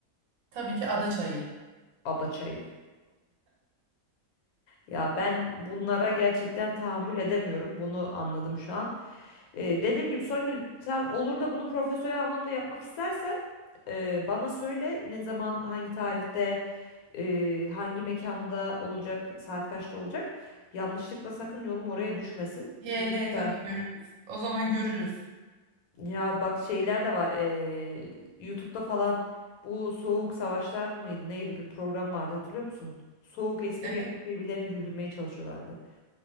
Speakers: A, on the right; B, on the left.
A: Tabii ki ada çayı.
B: ada çayı. Ya ben bunlara gerçekten tahammül edemiyorum. Bunu anladım şu an. Ee, dediğim gibi Songül sen olur da bunu profesyonel anlamda yapmak istersen e, bana söyle ne zaman hangi tarihte e, hangi mekanda olacak, saat kaçta olacak. Yanlışlıkla sakın yolum oraya düşmesin.
A: He
B: Lütfen.
A: he tabii görürüz. O zaman görürüz.
B: Ya bak şeyler de var. e, YouTube'da falan bu Soğuk Savaşlar mıydı? Neydi bir program vardı hatırlıyor musun? Soğuk espri
A: Evet.
B: yapıp birbirlerini güldürmeye çalışıyorlardı.